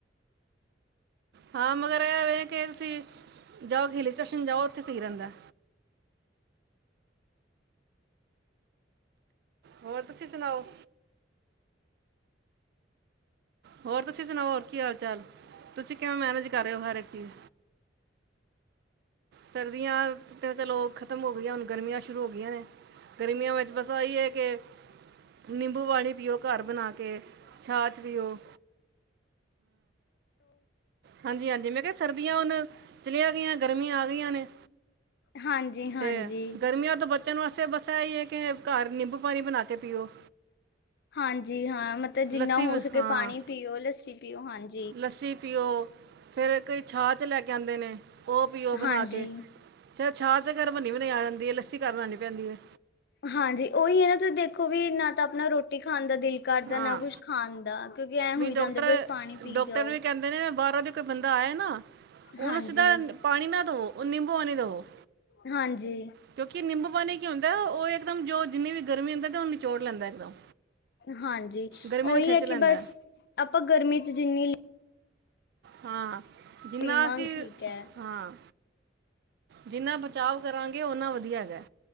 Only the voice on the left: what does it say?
ਹਾਂਜੀ ਹਾਂਜੀ
ਹਾਂਜੀ ਹਾਂ ਮਤਲਬ ਜਿੰਨਾ
ਹੋ
ਸਕੇ
ਪਾਣੀ ਪੀਓ ਲੱਸੀ ਪੀਓ ਹਾਂਜੀ।
ਹਾਂਜੀ
ਹਾਂਜੀ ਉਹੀ ਏ ਨਾ ਤੁਸੀਂ ਦੇਖੋ ਵੀ ਨਾ ਤਾਂ ਆਪਣਾ ਰੋਟੀ ਖਾਣ ਦਾ ਦਿਲ ਕਰਦਾ
ਨਾ ਕੁਛ ਖਾਣ ਦਾ ਕਿਉਂਕਿ ਐਂ ਹੋਈ
ਜਾਂਦਾ ਵੀ ਬਸ ਪਾਣੀ ਪੀ
ਜਓ।
ਹਾਂਜੀ
ਹਾਂਜੀ
ਹਾਂਜੀ
ਉਹੀ
ਹੈ
ਕਿ ਬਸ ਆਪਾਂ ਗਰਮੀ 'ਚ ਜਿੰਨੀ
ਪੀਵਾਂਗੇ
ਠੀਕ ਹੈ